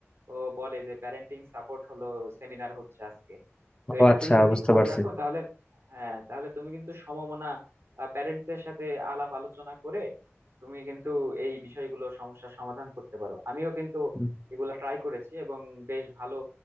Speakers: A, on the right; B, on the left.
A: ও, বলে যে প্যারেন্টিং সাপোর্ট হলো সেমিনার হচ্ছে আজকে তো
B: ও
A: এটা
B: আচ্ছা
A: তুমি যদি
B: বুঝতে
A: খোঁজ
B: পারছি
A: রাখো তাহলে হ্যাঁ তাহলে তুমি কিন্তু সমমনা প্যারেন্টস এর সাথে আলাপ আলোচনা করে তুমি কিন্তু এই বিষয়গুলো সমস্যার সমাধান করতে পারো আমিও কিন্তু
B: উম,
A: এগুলো ট্রাই করেছি এবং বেশ ভালো